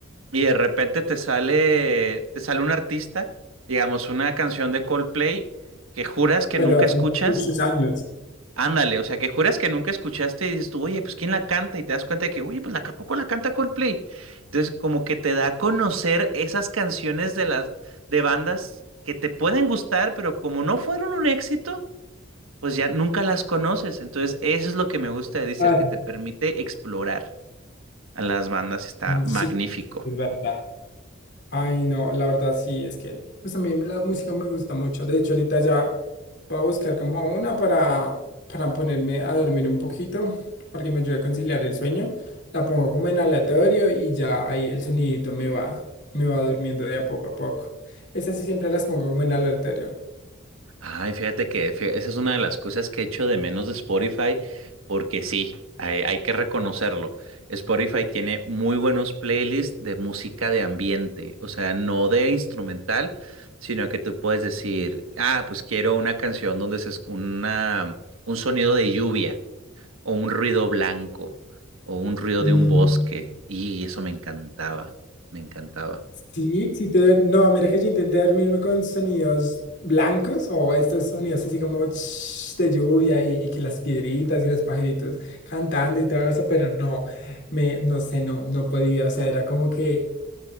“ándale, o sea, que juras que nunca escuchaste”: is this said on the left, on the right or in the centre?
Right